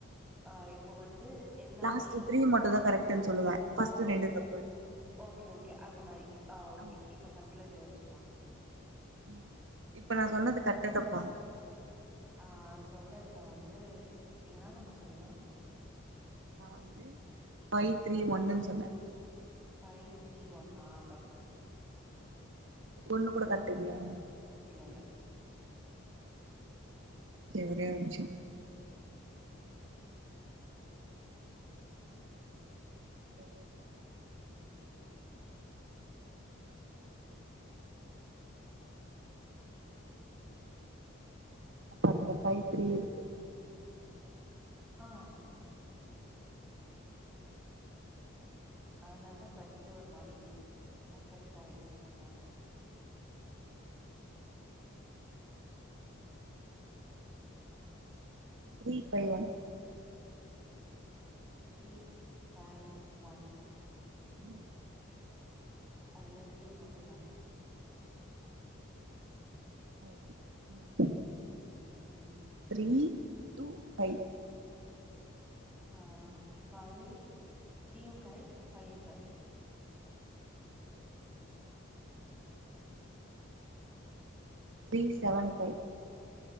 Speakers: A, in the centre; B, on the right.
A: ஆ இப் இப்ப வந்து எல்லாமே
B: லாஸ்ட்டு த்ரீ மட்டுதா கரெக்ட்டுனு சொல்லுவே ஃபஸ்ட்டு
A: ஓ
B: ரெண்டு தப்பு
A: ஓகே ஓகே அந்த மாரி ஆ ஓகே
B: ஆமா
A: இப்ப ஃபஸ்ட்ல இருந்து வரு வச்சுக்லா
B: உம் இப்ப நான் சொன்னது கரட்டா தப்பா
A: ஆஹ் சொன்னதுல வந்து நீங்கனா நம்ப சொன்னீங்க
B: நா வந்து ஃபைவ் த்ரீ ஒன்னுன் சொன்னே
A: ஃபைவ் த்ரீ ஒன்னா தப்பு
B: ஒண்ணு கூட கரட்டு இல்லையா
A: இல்லல்ல
B: செரி ஒரே ஒரு நிம்ச்சோ அப்போ அப்ப இந்த ஃபைவ் த்ரீ இருக்கு
A: ஆஹ் அதனாலதா ஃபஸ்ட் ஒரு மாரி டக்குன்னு கரைட்டுன்னு சொன்னே
B: three five one
A: three five one
B: ம்
A: அதெல்லா ஃத்ரீ மட்டு கரெக்ட்
B: ம் ம்
A: ம்
B: த்ரீ ட்டூ ஃபைவ்
A: ஆ ஃபைவ் த்ரீயும் கரெக்ட் ஃபைவும் கரெக்ட்
B: த்ரீ செவன் ஃபைவ்